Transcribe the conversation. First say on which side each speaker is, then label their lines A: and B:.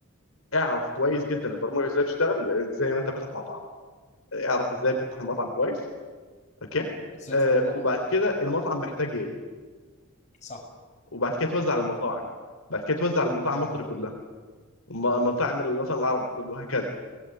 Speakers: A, on the left; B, on the left.
A: اعرف كويس جدا البرمجه ازاي بتشتغل لأن زي ما انت فاتح مطعم آه، اعرف ازاي بتفتح المطعم كويس اوكي
B: ازاي
A: آه،
B: تطوره
A: وبعد كده المطعم محتاج ايه
B: صح
A: وبعد كده توزع على المطاعم بعد كده توزع على المطاعم
B: فهمتك
A: مصر
B: والله
A: كلها ومطاعم الوطن العربي كله وهكذا